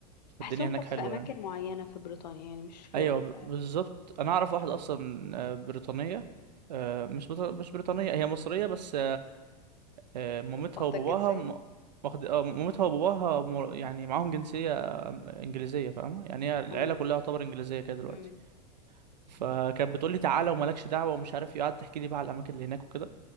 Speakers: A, on the right; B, on the left.
A: فالدنيا
B: بحسهم
A: هناك
B: بس
A: حلوه
B: في اماكن
A: يعني
B: معينة في بريطانيا يعني مش في
A: ايوه ب- بالظبط انا اعرف واحده اصلا آه، بريطانيه آه، مش بط- مش بريطانيه هي مصريه بس آه، مامتها
B: واخدة
A: وباباها
B: الجنسية
A: م- واخد آه، مامتها وباباها مر- يعني معاهم جنسية آه، إنجليزية فاهمة يعني هي العيلة
B: ايوه
A: كلها تعتبر إنجليزية كده دلوقتي
B: امم
A: فكانت بتقول لي تعالى ومالكش دعوة ومش عارف إيه، قعدت تحكي لي بقى على الأماكن اللي هناك وكده